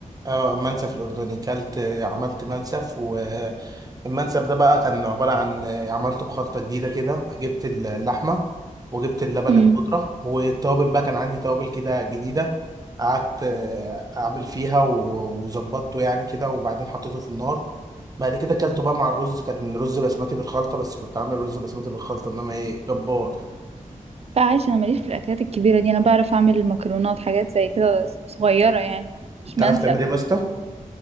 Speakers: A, on the right; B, on the right.
A: اه منسف الاردني كلت عملت منسف والمنسف ده بقى كان عباره عن عملته بخلطه جديده كده جبت اللحمه وجبت اللبن
B: امم
A: البودره والتوابل بقى كان عندي توابل كده جديده قعدت آه، اعمل فيها و- وظبطته يعني كده وبعدين حطيته في النار بعد كده اكلته بقى مع الرز كان رز بسمتي بالخلطه بس كنت عامل رز بسمتي بالخلطه انما ايه جبار
B: لا عايش انا ماليش في الاكلات الكبيره دي انا بعرف اعمل المكرونات حاجات زي كده صغيره يعني مش
A: انت
B: منسف
A: عارف تعمل ايه يا باسطى